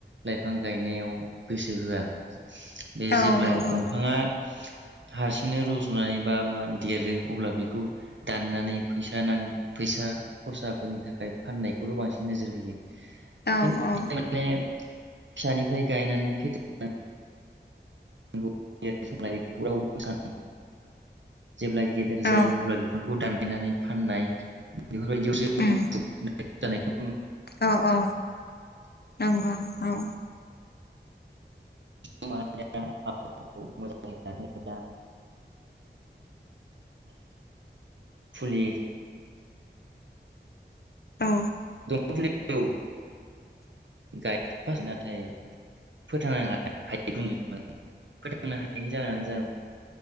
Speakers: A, on the right (about 80°); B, on the left (about 60°).
A: लाइफां गायनायाव गोसो होआ बे
B: औ
A: जेब्लाय
B: नंगौ
A: दंफाङा हारसिंनो रज'नानै बा मा देरो अब्ला बेखौ दाननानै फैसा नां फैसा खरसाफोरनि थाखाय फाननायखौल' बांसिन नोजोर होयो।
B: औ
A: खिन्थु
B: औ।
A: माने फिसानिफ्राय गायनानै फेदेर । सखौ रावबोबो सानो। जेब्ला गेदेर जायो
B: औ
A: अब्ला बिफांखौ दान नानै फननाय । बेफोरबायदियावसो
B: उम
A: मुखुब। एानायखौ
B: औ औ नंगौ औ।
A: खौ मोजाङै ला्ला फुलि
B: औ।
A: <unintelligible> गाय फसिना थायो। फोथांनो ह फोथांनो हायैनि जाहोनानो जाय